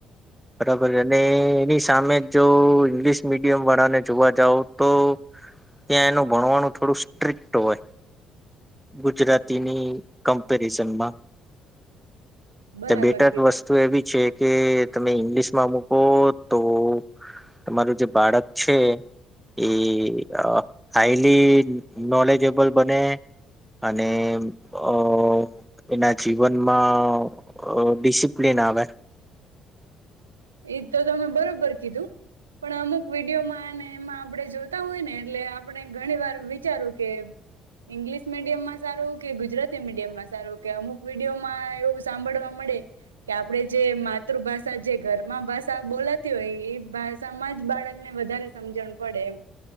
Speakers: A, in the centre; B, on the right.
A: બરાબર અને એની સામે જો ઇંગ્લિશ મીડિયમ વાળાને જોવા જાવ તો ત્યાં એનું ભણવાનું થોડું સ્ટ્રીક્ટ હોય ગુજરાતીની કમ્પેરિઝનમાં
B: બરાબર
A: ચ બેટર
B: કીધું
A: વસ્તુ એવી છે. કે તમે ઈંગ્લિશ માં મૂકો તો તમારું જે બાળક છે એ અ હાઈલી નોલેજેબલ બને અને અ એના જીવનમાં અહ ડીસિપ્લીન આવે.
B: ઈજ તો તમે બરોબર કીધું પણ અમુક વિડીયોમાં અને એમાં આપણે જોતા હોય ને એટલે આપણે ઘણી વાર વિચારું કે ઇંગ્લિશ મીડિયમમાં સારું કે ગુજરાતી મીડિયમમાં સારું, કે અમુક વિડીયોમાં એવું સાંભળવા મળે કે આપણે જે માતૃભાષા જે ઘરમાં ભાષા બોલાતી હોય એ ભાષામાં જ બાળકને વધારે સમજણ પડે એમ.